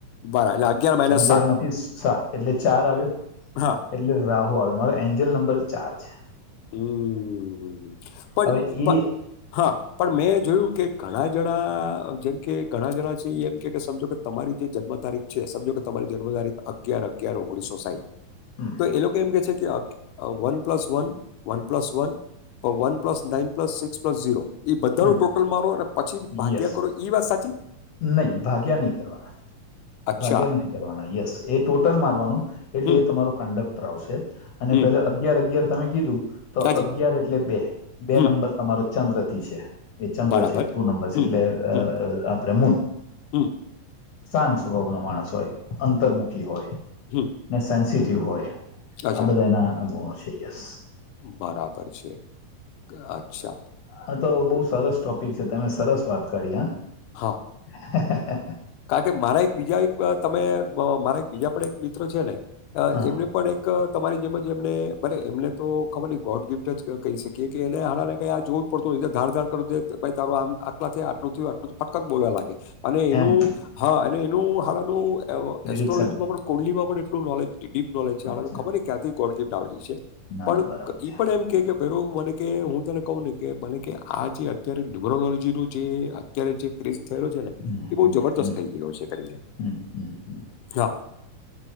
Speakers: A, on the left; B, on the left.
A: બરા એટલે અગિયાર માઇનસ
B: અગિયાર
A: સાત
B: થી સાત એટલે ચાર આવ્યો.
A: હા
B: એટલે રાહુ આવે મારો એન્જલ નંબર ચાર છે.
A: હમ હ પણ
B: હવે
A: પણ
B: એ
A: હા. પણ મેં જોયું કે ઘણા જણા જેમ કે ઘણા જણા છે એ એમ કે સમજો કે તમારી જે જન્મ તારીખ. છે સમજો કે તમારી જન્મ તારીખ અગિયાર અગિયાર ઓગણીસો સાહીઠ.
B: હમ
A: તો એ લોકો એમ કે છે કે one plus one one plus one. One plus nine plus six plus zero એ બધાનું
B: હમ
A: ટોટલ મારો અને પછી ભાગ્યા
B: યસ
A: કરો. ઈ વાત સાચી.
B: નહી ભાગ્યા નહીં કરવાના.
A: અચ્છા,
B: ભાગ્યા નથી કરવાના યસ એ ટોટલ મારવાનું એટલે
A: હમ,
B: એ તમારો કંડક્ટ. શે અને
A: હમ,
B: પે અગયાર અગયાર તમે કીધું તો
A: સાચી,
B: અગયાર એટલે બે બે
A: હમ,
B: નંબર. અમારો ચંદ્ર થી છે એ ચંદ્ર
A: બરાબર,
B: છે ટુ નંબર છે
A: હમ,
B: એટલે.
A: હમ,
B: આપ મ
A: હમ,
B: શંત સ્વભાવ નો માણસ હોય અંતરમુખી હોય.
A: હમ.
B: ને સેન્સિટિવ હોય
A: અચ્છા,
B: આ બધા એના ગુણો છે યસ.
A: બરાબર છે અચ્છા.
B: હા તો બહુ સરસ ટોપિક છે તમે સરસ વાત કરી હ.
A: હા.
B: હા.
A: કાર કે મારા એક બીજા એક તમે મારા એક બીજા પણ એક મિત્ર છે ને
B: હા
A: એમને. પણ એક તમારી જેમ જ એમને ભલે એમને તો ખબર નહી ગોડ ગિફ્ટ જ કહી શકીએ કે એને હણાને કઈ આ જો. પડતો ધાર ધાર કર દે તારો આમ આટલા આટલું ફટક બોલવા લાગે. અને એનું
B: એમ
A: હા અને એનું હાલ એનું
B: પ્રિડિક્શન
A: એસ્ટ્રોલોજીમાં પણ. કુંડલી માં પણ એટલ નોલેજ ડીપ નોલેજ છે
B: અચ્છા
A: ખબર ને ક્યાારથી ગોડપ આવેલી છે.
B: ના
A: પણ
B: ના બરાબર છે
A: ઈ પણ એમ કે. કે ભે મને કે હું તને કહું ને કે મને કે આ જે અત્યારે ટેકરલોજી નું જે. અત્યારે જે કિઝ થયેલો છે ને
B: હમ
A: એ બહુ
B: હમ
A: જબરજસ્ત
B: હમ
A: થઈ રહ્યો છે કરીને
B: હમ હમ હમ
A: હા.